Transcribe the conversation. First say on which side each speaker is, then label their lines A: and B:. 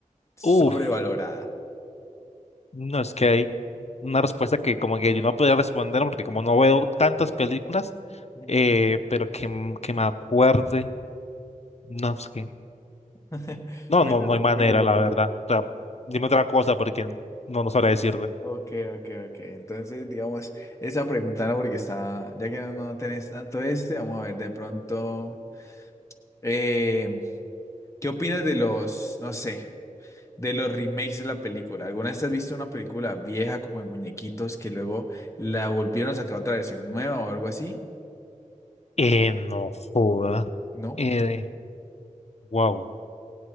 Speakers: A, on the left; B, on the left.
A: Sobrevalorada.
B: Uf, no es que hay una respuesta que como que yo no podía responder porque como no veo tantas películas,
A: Ujú.
B: eh, pero que, m- que me acuerde, no es que,
A: <laughs>
B: no,
A: Muy
B: no,
A: duro,
B: no hay manera,
A: muy duro,
B: la
A: muy
B: verdad.
A: duro.
B: O sea, dime otra cosa porque no, no sabré decirte.
A: Ok, ok, ok. Entonces, digamos, esa pregunta no, porque está, ya que no tenés tanto este, vamos a ver de pronto, eh, ¿qué opinas de los, no sé? De los remakes de la película. ¿Alguna vez has visto una película vieja como de muñequitos que luego la volvieron a sacar otra versión nueva o algo así?
B: Eh, no joda.
A: No.
B: Eh, wow.